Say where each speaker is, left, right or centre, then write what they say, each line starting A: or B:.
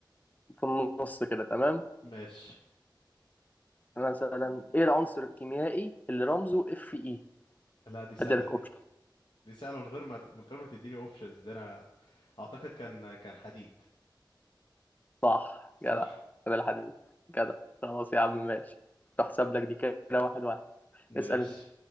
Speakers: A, on the left; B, on the left.
A: في النص كده تمام
B: ماشي
A: مثلا ايه العنصر الكيميائي اللي رمزه اف اي
B: لا دي سهلة
A: اديلك
B: دي
A: اوبشن
B: دي سهلة من غير ما ت- من غير ما تديني اوبشنز ده انا اعتقد كان كان حديد
A: صح
B: صح
A: جدع كده الحديد جدع خلاص يا عم ماشي تحسب لك دي كده واحد واحد
B: ماشي
A: اسال انت